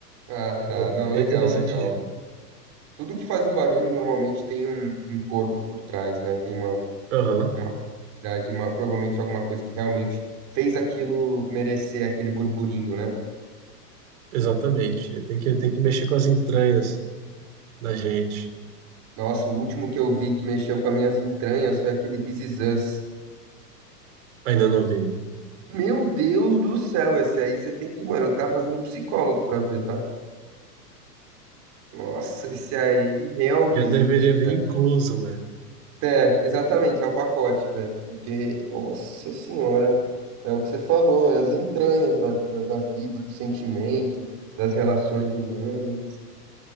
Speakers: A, on the right (about 35°); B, on the right (about 55°).
A: Ah,
B: Eu-
A: tá. Não,
B: é
A: legal,
B: interessante
A: legal.
B: de ver.
A: Tudo que faz um barulho normalmente tem um, um corpo por trás, né? Tem uma,
B: Aham,
A: uma possibilidade, uma, provavelmente alguma coisa que realmente fez aquilo merecer aquele burburinho, né?
B: exatamente. Tem que, tem que mexer com as entranhas da gente.
A: Nossa, o último que eu vi que mexeu com as minhas entranhas foi aquele This Is Us.
B: Ainda não vi.
A: Meu Deus do céu, esse aí você tem que, mano, tá fazendo psicólogo pra ver, tá? Nossa, esse aí realmente,
B: Já deveria vir
A: velho.
B: incluso, né?
A: É, exatamente, é o pacote, velho. Porque, nossa senhora, é o que você falou, é as entranhas da, da, da vida, do sentimento, das relações humanas.